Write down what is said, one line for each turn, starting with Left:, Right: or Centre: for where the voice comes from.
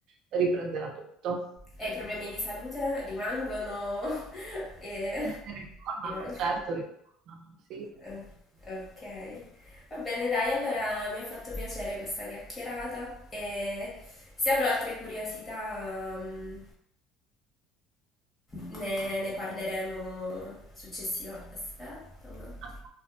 Right: riprenderà tutto.
Left: E i problemi di salute rimangono? <laughs> e...
Right: Eh, ritornano,
Left: rimangono.
Right: certo, ritornano, sì.
Left: Eh, Ok. Va bene, dai, allora mi ha fatto piacere questa chiacchierata e se avrò altre curiosità mm, ne, ne parleremo successivamente. Aspetta un attimo.
Right: Ah,